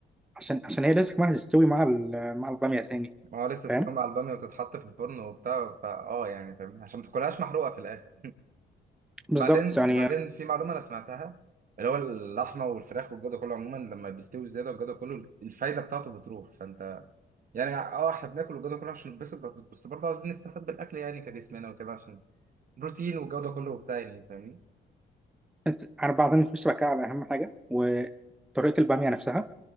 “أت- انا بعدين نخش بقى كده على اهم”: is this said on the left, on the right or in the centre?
Centre